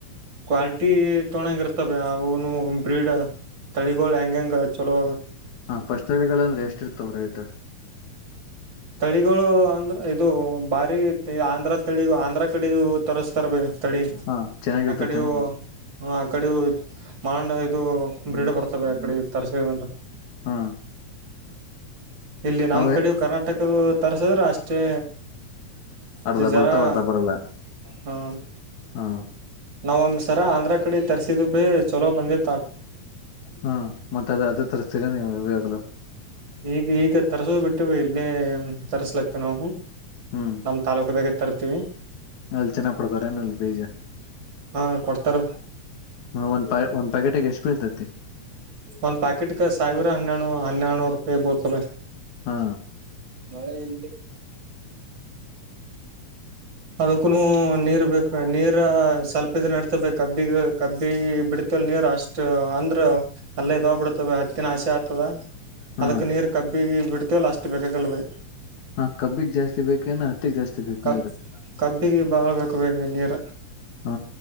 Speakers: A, on the right (about 40°); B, on the left (about 70°).
A: ಕ್ವಲ್ಟಿ ತೊಗೋಡಂಗ ಇರ್ತವ ಅವುನು ಬ್ರೀಡ್ ತಳಿಗಳ ಹೆಂಗ ಹೆಂಗ ಚಲೋ
B: ಹಾ ಪಸ್ತಳಿಗಳ ಅಂದ್ರ ಎಷ್ಟ ಇರ್ತವ ರೇಟ್
A: ತಳಿಗಳು ಅಂದ್ರ ಇದು ಬಾರಿ ಆಂಧ್ರ ತಳಿ ಆಂಧ್ರ ಕಡೆವು ತರಸ್ತಾರ ಬೈ ತಳಿ
B: ಹ ಚೆನ್ನಾಗಿರ್ತತೆೇನ
A: ಅಕ್ಕಡೆವು ಹ ಅಕ್ಕಡೆವು ಮಾಂಡ ಇದು ಬ್ರೀಡ್ ಬರ್ತವೆ ಆಕಡೆ ತರಸಿಂದ್ರ
B: ಹಾ
A: ಇಲ್ಲಿ ನಮ್ಮ
B: ಅವೇ
A: ಕಡೆವ ಕರ್ನಾಟಕದ ತರ್ಸದ್ರೆ ಅಷ್ಟೇ
B: ಅರ್ಧ
A: ಡಿಜರಾ
B: ಬರ್ತಾವ ಅರ್ಧ ಬರಲ್ಲ
A: <inaudible> ಹ್ಮ
B: ಹ
A: ನಾವ್ ಒಮ್ಮೆ ಸರ ಆಂದ್ರ ಕಡೆ ತರ್ಸಿದ್ ಬೈ ಚಲೋ ಬಂದಿತ್ತ
B: ಹ್ಮ ಮತ್ತ ಅದಾದ ತರಿಸಸ್ತೀರಾ ನೀವು ಇವಾಗ್ಲೂ
A: ಈಗ ಈಗ ತರಸ್ ಬಿಟ್ಟು ಎಲ್ಲೇ ತರ್ಸ್ಲಕ್ತವ ನಾವು <inaudible>
B: ಹ್ಮ್
A: ನಮ್ಮ ತಾಲೂಕದಾಗ ತರ್ತೀವಿ.
B: ಅಲ್ಲಿ ಚನ್ನಗಿ ಕೊಡ್ತಾರೇನ ಅಲ್ಲಿ ಬೀಜ
A: ಹಾ ಕೊಡ್ತಾರ
B: ಹಾ ಒಂದ ಪ್ಯಾ ಒಂದ ಪ್ಯಾಕೆಟಿಗೆ ಎಷ್ಟ ಬೀಳ್ತೈತಿ
A: ಒಂದು ಪ್ಯಾಕೆಟ್ಗೆ ಸಾವಿರ ಹನ್ನೆಡು ಹನ್ನೆರಡುನೂರು ರೂಪಾಯಿ ಬೀಳತದ
B: ಹಾ
A: ಮಳೆಯಲ್ಲಿ ಅದಕ್ಕೂನು ನೀರ್ ಬೇಕ ನೀರ ಸ್ವಲ್ಪ ಇದ್ದರ ನಡಿತದ ಕಬ್ಬಿಗ ಕಬ್ಬಿ ಬಿಡ್ತ ನೀರು ಅಷ್ಟ ಅಂದ್ರ ಅಲ್ಲೇ ಅದಾವ ಬಿಡ ಅದಕ್ಕೇನ್ ಹತ್ತಿನು ಹಸಿ ಆಗ್ತದ <inaudible>
B: ಹಾ
A: ಅದಕ್ ನೀರ ಕಬ್ಬಿಗೆ ಬಿಡ್ತೀವಲ್ಲ ಅಷ್ಟ ಬೇಕಾಗಲ್ ಬೆ
B: ಹಾ ಕಬ್ಬಿಗೆ ಜಾಸ್ತಿ ಬೇಕ ಏನ ಹತ್ತಿಗೆ ಜಾಸ್ತಿ ಬೇಕ
A: ಕಬ್
B: ನೀರ
A: ಕಬ್ಬಿಗೆ ಬಾಳ ಬೇಕ ಬೇ ನೀರ
B: ಹ್ಮ